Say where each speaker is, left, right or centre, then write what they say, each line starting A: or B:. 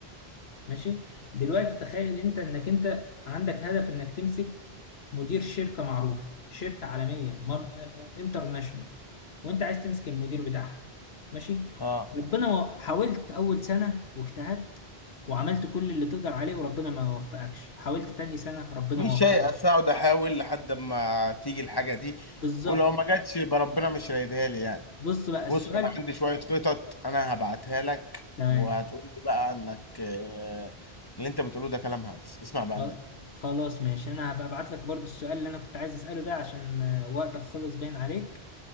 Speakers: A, on the left; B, on the left.
A: ماشي دلوقتي تخيل انت انك انت عندك هدف انك تمسك مدير شركة معروفة شركة عالمية مار- انترناشونال وانت عايز تمسك المدير بتاعها ماشي
B: اه
A: ربنا ما- حاولت اول سنة واجتهدت وعملت كل اللي تقدر عليه وربنا ما وفقكش حاولت تاني سنة ربنا
B: مش
A: ما وفقكش
B: هيأس أقعد أحاول لحد ما تيجي الحاجة دي
A: بالظبط
B: ولو ما جاتش يبقى ربنا مش رايدها لي يعني
A: بص بقى السؤال
B: بص انا عندي شويه خطط انا هبعتها لك
A: تمام
B: وهتقول لي بقى انك آه، اللي انت بتقوله ده كلام هلس اسمع
A: خل-
B: بقى مني
A: خلاص ماشي انا هبقى ابعت لك برضو السؤال اللي انا كنت عايز اسأله ده عشان آه، وقتك خلص باين عليك